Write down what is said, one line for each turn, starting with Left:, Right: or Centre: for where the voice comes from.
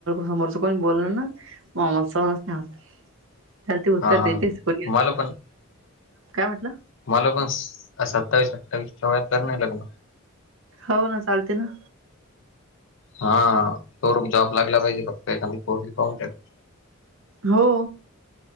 Right: समोरच कोणी बोलणार ना आम्हाला सहनच होणार ना. त्याल ती उत्तर
Left: हा हा
Right: देतेस को
Left: मला पण
Right: काय म्हटलं?
Left: मला पण सत्तावीस अठ्ठावीसच्या वयात कर नाही लग्न
Right: हो ना चालते ना.
Left: हा तो जॉब लागला पाहिजे फक्त एखादी पोरगी पाहून ठेवायल
Right: हो.